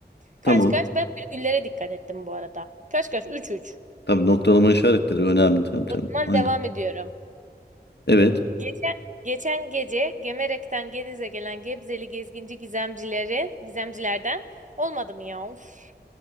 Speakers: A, on the right; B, on the left.
A: Kaç
B: Tamam.
A: kaç. Ben virgüllere dikkat ettim bu arada. Kaç kaç. üç üç.
B: Tabii noktalama işaretleri önemli. Tamam tamam.
A: O zaman
B: Aynen.
A: devam ediyorum.
B: Evet.
A: Geçen, geçen gece Gemerek'ten Gediz'e gelen Gebzeli gezginci gizemcileri, gizemcilerden olmadı mı ya? Of.